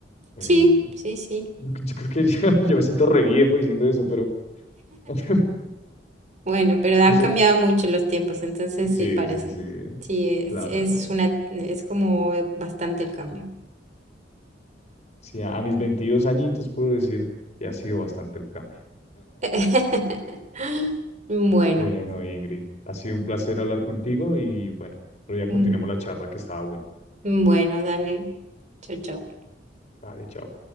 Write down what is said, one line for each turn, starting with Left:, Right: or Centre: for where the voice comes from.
Left: Eh,
Right: sí, sí, sí.
Left: yo, cre- yo creo que <laughs> yo ya me siento re viejo diciendo eso, pero <laughs>
Right: Bueno, pero
Left: yo
Right: han
Left: soy-
Right: cambiado mucho los tiempos, entonces
Left: sí,
Right: sí parece.
Left: sí, sí,
Right: Sí, es,
Left: claro,
Right: es
Left: no.
Right: una, es como eh, bastante el cambio.
Left: Sí, a, a mis veintidós añitos puedo decir que ha sido bastante el cambio.
Right: <laughs> Bueno,
Left: Bueno, Ingrid, ha sido un placer hablar contigo y bueno, otro día continuemos
Right: mm,
Left: la charla que estaba buena.
Right: bueno, dale. Chao, chao.
Left: Vale, chao.